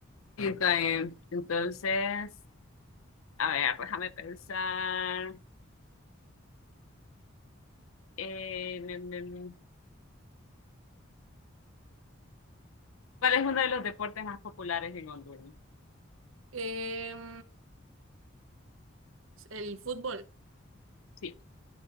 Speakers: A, on the left (about 85°); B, on the right (about 75°).
A: Y está bien. Entonces, a ver, déjame pensar. Eh, me- me- me- ¿cuál es uno de los deportes más populares en Honduras?
B: Em, el fútbol.
A: Sí.